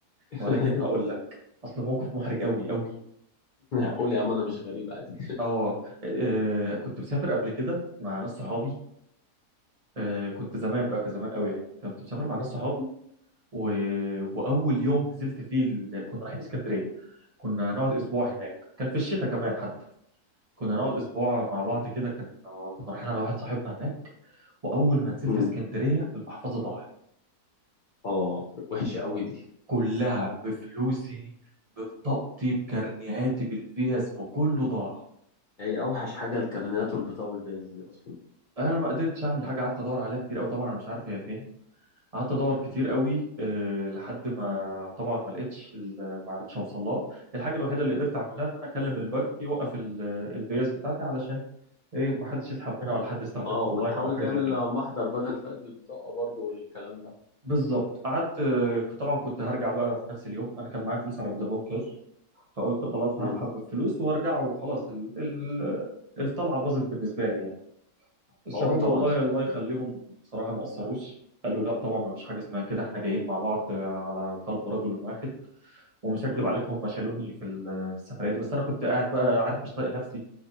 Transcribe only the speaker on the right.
ولكن هقول لك اصل موقف محرج قوي قوي
اه آه، كنت مسافر قبل كده مع ناس صحابي آه، كنت زمان بقى كزمان قوي يعني كنت مسافر مع ناس صحابي و... واول يوم نزلت فيه ال... كنا رايحين اسكندريه كنا هنقعد اسبوع هناك كان في الشتاء كمان حتى كنا نقعد اسبوع مع بعض كده كان كنا رايحين على واحد صاحبنا هناك واول ما نزلت
اسكندريه المحفظه ضاعت
كلها بفلوسي ببطاقتي بكارنيهاتي بالفيز بكله ضاع
انا ما قدرتش اعمل حاجه قعدت ادور عليها كتير قوي طبعا انا مش عارف هي فين قعدت ادور كتير قوي آه، لحد ما طبعا ما لقيتش ال- ما عرفتش اوصل لها الحاجه الوحيده اللي قدرت اعملها ان انا اكلم البنك يوقف الفيز بتاعتي علشان ايه ما حدش يسحب منها ولا حد يستخدمها
اونلاين او حاجه
زي كده
بالظبط قعدت آه، طبعا كنت هرجع بقى في نفس اليوم انا كان معايا فلوس على فودافون كاش فقلت خلاص
هسحب الفلوس وارجع وخلاص ال... ال... الطلعه باظت بالنسبه لي يعني الشباب
والله
الله يخليهم بصراحه ما قصروش قالوا لا طبعا ما فيش حاجه اسمها كده احنا جايين مع بعض آه، على قلب رجل واحد ومش هكدب
عليكم هم شالوني في السفرية دي بس أنا كنت قاعد بقى عارف مش طايق نفسي